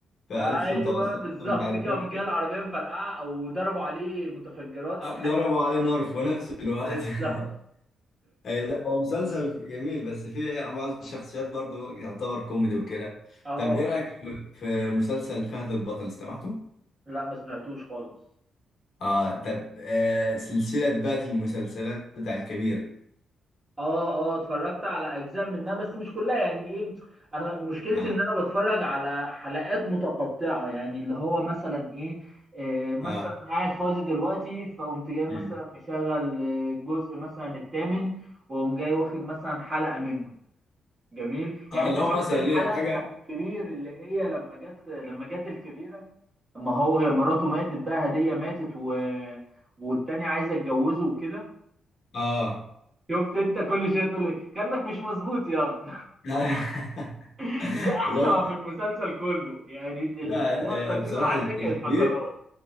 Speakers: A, on the left; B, on the right.
A: فقالت
B: ايوه
A: له أنت وصلت
B: بالظبط
A: مش عارف
B: كده
A: إيه
B: قامت
A: وكده
B: جايه العربيه مفرقعه او ضربوا عليه متفجرات او
A: آه،
B: حاجه
A: ضربوا عليه نار في نفس الوقت
B: بالظبط
A: <laughs> أي لا هو مسلسل جميل بس فيه بعض الشخصيات برضو يعتبر كوميدي وكده
B: اه
A: طب ايه رأيك في في مسلسل فهد البطل استمعته؟
B: لا ما سمعتوش خالص
A: اه طب آه سلسلة بقى المسلسلات بتاع الكبير
B: اه اه اتفرجت على اجزاء منها بس مش كلها يعني ايه انا مشكلتي
A: اه
B: ان انا بتفرج على حلقات متقطعه يعني اللي هو مثلا ايه آه، مثلا
A: اه
B: قاعد فاضي دلوقتي فقمت جاي مثلا
A: مم.
B: مشغل آه، الجزء مثلا الثامن واقوم جاي واخد مثلا حلقه منه جميل يعني
A: اه
B: انت
A: اللي هو
B: شفت
A: مثلا
B: الحلقه
A: ايه حاجة
B: بتاعت الكبير اللي هي لما جت لما جت الكبيره لما هو مراته ماتت بقى هديه ماتت و... والتانية عايزه اتجوزه وكده
A: اه
B: شفت انت كل شويه تقول لي كانك مش مظبوط يا
A: <laughs>
B: <laughs> دي احلى
A: اللي هو
B: ما في المسلسل كله يعني ال-
A: لا
B: اللقطه دي
A: آه بصراحة
B: لوحدها
A: الكبير
B: كانت فصلات